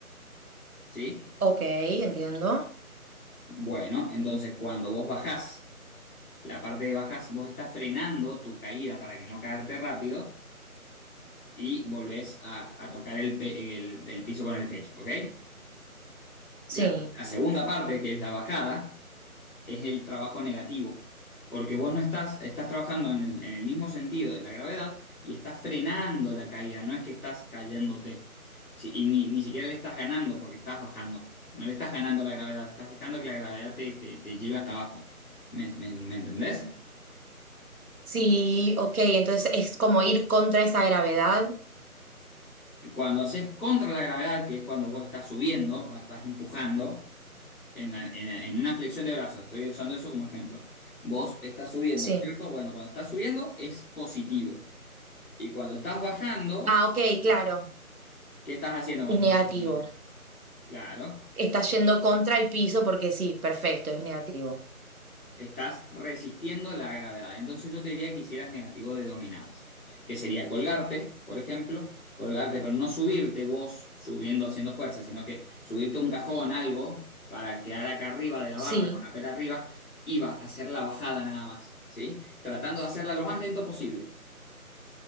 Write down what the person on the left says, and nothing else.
¿sí?
Bueno, entonces cuando vos bajás, la parte de bajás, vos estás frenando tu caída para que no caerte rápido y volvés a, a tocar el, pe- el el piso con el pecho, ¿ok? La,
la segunda parte, que es la bajada, es el trabajo negativo. Porque vos no estás, estás trabajando en el, en el mismo sentido de la gravedad y estás frenando la caída, no es que estás cayéndote. Si- y ni, ni siquiera le estás ganando porque estás bajando. No le estás ganando a la gravedad, estás dejando que la gravedad te, te- te lleve hasta abajo. ¿Me, me- me entendés?
Cuando haces contra la gravedad, que es cuando vos estás subiendo, cuando estás empujando, en, la- en- en una flexión de brazos, estoy usando eso como ejemplo. Vos estás subiendo,
¿no es ¿cierto? Bueno, cuando estás subiendo es positivo. Y cuando estás bajando,
¿qué estás haciendo cuando
estás bajando? Claro,
estás resistiendo la gravedad. Entonces yo te diría que hicieras negativos de dominadas, que sería colgarte, por ejemplo, colgarte, pero no subirte vos subiendo haciendo fuerza, sino que subirte a un cajón, algo, para quedar acá arriba de la
barra, con la pera arriba, y vas a hacer la bajada nada más, ¿sí? Tratando de hacerla lo más lento posible.